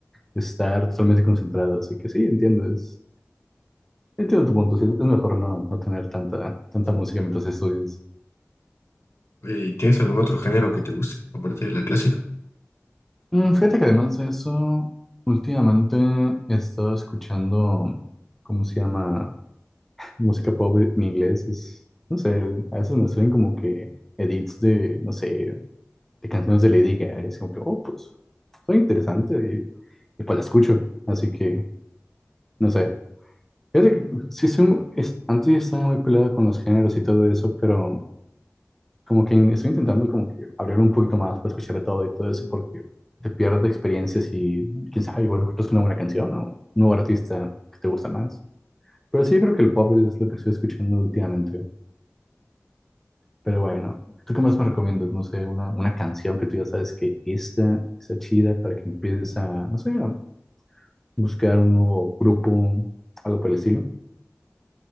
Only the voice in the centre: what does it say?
estar totalmente concentrado. Así que sí, entiendo, es, entiendo tu punto. Sí, es mejor no, no tener tanta, tanta
música mientras estudias.
Mm, Fíjate que además de eso, últimamente he estado escuchando, ¿cómo se llama? Música pop en inglés. Es, no sé, a veces me salen como que edits de, no sé, de canciones de Lady Gaga. Es como que, oh, pues, soy interesante y, y pues la escucho. Así que, no sé. Fíjate que sí, es un, es, antes estaba muy peleado con los géneros y todo eso, pero como que in- estoy intentando como que abrir un poquito más para escuchar de todo y todo eso, porque te pierdes experiencias y quién sabe, igual encuentras una buena canción o un nuevo artista que te gusta más. Pero sí, yo creo que el pop es lo que estoy escuchando últimamente. Pero bueno, ¿tú qué más me recomiendas? No sé, una, una canción que tú ya sabes que esta está chida para que empieces a, no sé, a buscar un nuevo grupo, algo por el estilo.